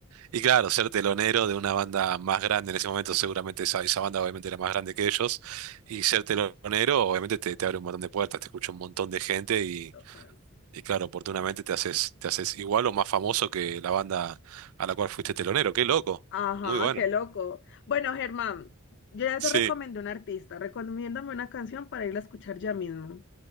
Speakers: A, on the right (about 70°); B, on the left (about 55°).
A: y claro, ser telonero de una banda más grande en ese momento, seguramente esa, esa banda obviamente era más grande que ellos. Y ser
B: sí,
A: telonero, obviamente, te, te abre un montón de puertas, te escucha un montón de gente y,
B: ojalá.
A: y claro, oportunamente te haces, te haces igual o más famoso que la banda a la cual fuiste telonero. Qué loco.
B: Ajá,
A: Muy bueno.
B: qué loco. Bueno, Germán, yo ya
A: sí.
B: te recomendé un artista, recomiéndame una canción para irla a escuchar ya mismo.